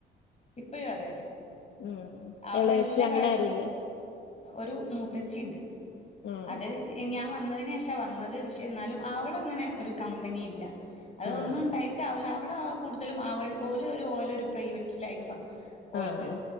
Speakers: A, on the left; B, on the left.
A: ഇപ്പയും അതെ
B: ഉം
A: അവളെല്ലാ
B: ഇളയേച്ചി അങ്ങനെ
A: കാര്യവും
B: ആരുല്ലേ?
A: ഒരു മൂത്തച്ചി ഇണ്ട്
B: ഉം
A: അത് ഞാ ൻ വന്നതിനന് ശേഷം വന്നത് പക്ഷേ എന്നാലും അവള അങ്ങനെ ഒരു കമ്പനിയില്ല അതൊന്നും
B: ആഹ്
A: ഉണ്ടായിട്ടാവൂല അവൾ ആ കൂടുതലും അവൾ ഓലോ ഓലോ ഒരു പ്രൈവറ്റ് ലൈഫാ ഒൽത്
B: ആഹ്